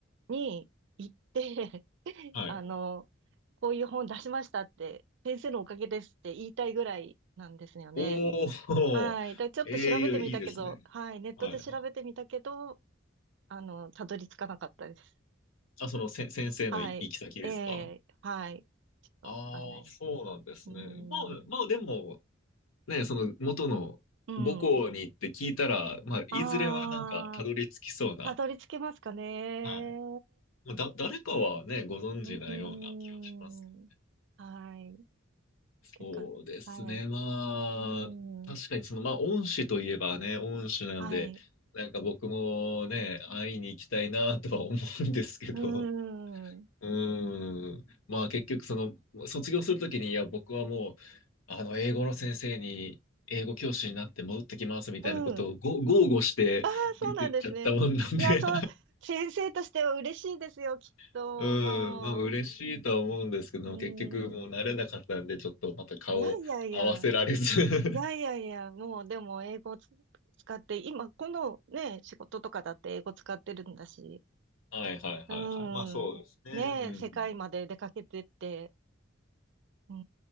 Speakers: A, on the right; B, on the left.
A: に行って、<laughs>
B: はい。
A: あの、こういう本出しましたって、先生のおかげですって言いたいぐらいなんですよね。
B: おお、
A: はい。で、ちょっと調べてみたけど、
B: ええいいですね。
A: はい。ネットで調べてみたけど、
B: はいはい。
A: あの、たどり着かなかったです。
B: あ、そのせ、先生の行き先ですか
A: はい。ええ、はい。ちょっとわかんないです。
B: ああー、そうなんですね。
A: うー
B: まあ、
A: ん。
B: まあでも、ね、その元の母校に行って聞いたら、
A: うん。
B: まあ、いずれはなんかたどり着きそうな、
A: ああ、たどり着けますかね。
B: はい。まあだ、誰かはね、ご存知なような気がしますけど。
A: うーん。はい。
B: そうですね、
A: てか、はい。
B: まあ、
A: うー
B: 確かにその、
A: ん。
B: まあ、恩師といえばね、恩師なので、
A: はい。
B: なんか僕もね、会いに行きたいなとは思うんですけど。
A: うーん。
B: うーん。まあ結局その、卒業するときに、いや、僕はもう、あの、英語の先生に、英語教師になって戻ってきますみたいなことをご豪語して出てっちゃったもんなんで
A: うん。ああ、そうなんですね。いや、そう、先生としては嬉しいですよ、きっと。
B: <laughs> うん、
A: もう、
B: まあ嬉しいとは思うんですけど、
A: うー
B: 結局もう慣れなかったんで、
A: ん。
B: ちょっとまた顔合わせられず
A: いやいやいや、いやいやいや、もうでも英語をつ使って、今、このね、仕事とかだって英語使ってるんだし、
B: <laughs> はいはいはいはい。
A: うーん。
B: まあそうですね。
A: ねえ、
B: うん。
A: 世界まで出かけてって、うー